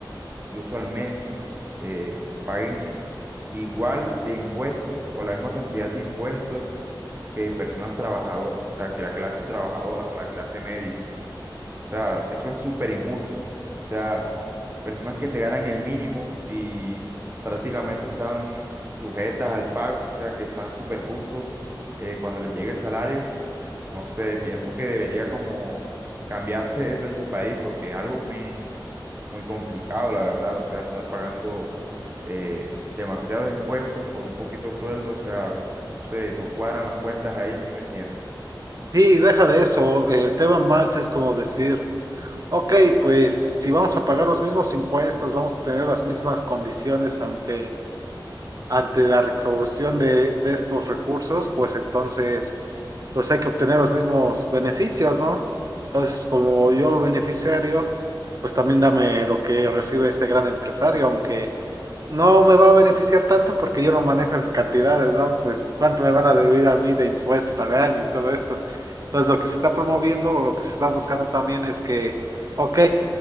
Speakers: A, on the right; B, on the right.
A: incluso al mes, eh, paguen igual de impuestos o la misma cantidad de impuestos que personas trabajadoras? O sea, que la clase trabajadora o la clase media. O sea, eso es súper injusto. O sea, personas que se ganan el mínimo y prácticamente están sujetas al pago, o sea, que están súper justos eh, cuando les llegue el salario no sé, pienso que debería como cambiarse eso en tu país porque es algo muy, muy complicado, la verdad. O sea, estar pagando eh, demasiados impuestos por un poquito sueldo, o sea, no sé, no cuadran las cuentas ahí, ¿sí me entiendes?
B: Sí, deja de eso. El tema más es como decir, ok, pues si vamos a pagar los mismos impuestos, vamos a tener las mismas condiciones ante, ante la recaudación de, de estos recursos, pues entonces, pues hay que obtener los mismos beneficios, ¿no? Entonces, como yo beneficiario, pues también dame lo que recibe este gran empresario, aunque no me va a beneficiar tanto porque yo no manejo esas cantidades, ¿no? Pues cuánto me van a deber a mí de impuestos al año y todo esto. Entonces, lo que se está promoviendo o lo que se está buscando también es que, ok,